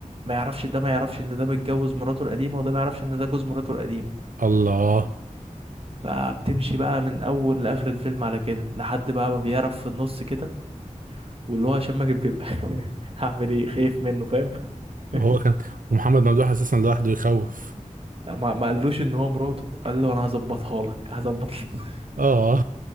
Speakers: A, on the right; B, on the right.
A: ما يعرفش ده ما يعرفش ان ده متجوز مراته القديمه وده ما يعرفش ان ده جوز مراته القديمه
B: الله
A: فبتمشي بقى من اول لاخر الفيلم على كده لحد بقى ما بيعرف في النص كده واللي هو هشام ماجد بيبقى <laughs> هعمل ايه خايف منه فاهم <laughs>
B: هو كان ومحمد ممدوح اساسا لوحده يخوف
A: لا ما ما قالوش ان هو مراته قال له انا هظبطها لك هظبط لك. <laughs>
B: اه